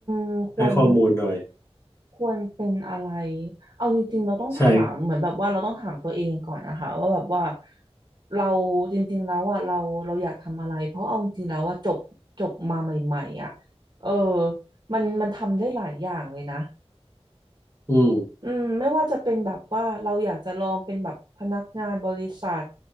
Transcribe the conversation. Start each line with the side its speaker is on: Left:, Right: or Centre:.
Right: มควร
Left: ให้ข้อมูลหน่อย
Right: ควรเป็นอะไรเอาจริงๆเราต้องถามเหมือนแบบว่าเราต้องถามตัวเองก่อนนะคะว่าแบบว่า
Left: ใช่
Right: เราจริงๆแล้วอ่ะเราเราอยากทำอะไรเพราะเอาจริงๆแล้วว่าจบจบมาใหม่ๆอ่ะเออมันมันทำได้หลายอย่างเลยนะ
Left: อืม
Right: อืมไม่ว่าจะเป็นแบบว่าเราอยากจะลองเป็นแบบพนักงานบริษัท